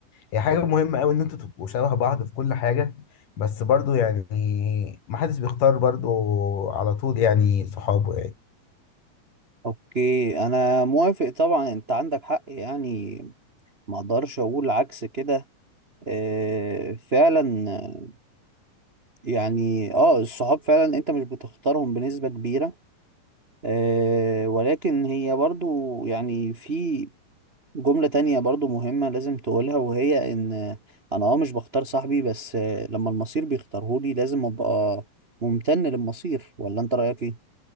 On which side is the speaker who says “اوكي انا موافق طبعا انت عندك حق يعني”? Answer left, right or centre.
Right